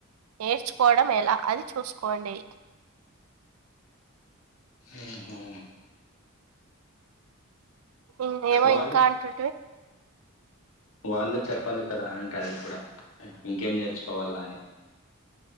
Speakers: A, on the right; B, on the left.
A: నేర్చుకోవడం ఎలా అది చూసుకోండి
B: ఆహ
A: ఇంనేమో
B: వాళ్ళు
A: ఇంకా అంటుంటివి
B: వాళ్ళే చెప్పాలి కదా అంటే అది కూడా ఇంకేం నేర్చుకోవాలా అని